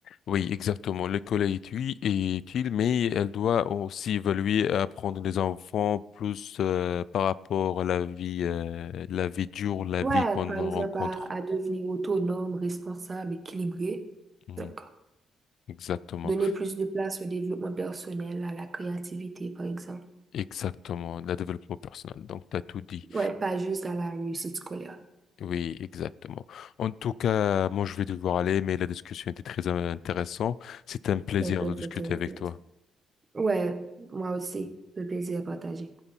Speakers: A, on the left; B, on the right.
A: Oui, exactement. L'école est utile, est utile, mais elle doit aussi évaluer et apprendre les enfants plus euh, par rapport à la vie, euh, la vie dure, la
B: Ouais,
A: vie qu'on
B: par exemple,
A: rencontre.
B: à, à devenir autonome, responsable, équilibré.
A: Mhm.
B: Donc,
A: Exactement,
B: donner plus de place au développement personnel, à la créativité, par exemple.
A: exactement, le développement personnel. Donc, tu as tout dit.
B: Ouais, pas juste à la réussite scolaire.
A: Oui, exactement. En tout cas, moi, je vais devoir aller, mais la discussion était très euh, intéressante. C'était un plaisir
B: C'est très
A: de discuter
B: intéressant.
A: avec toi.
B: Ouais, moi aussi, le plaisir à partager.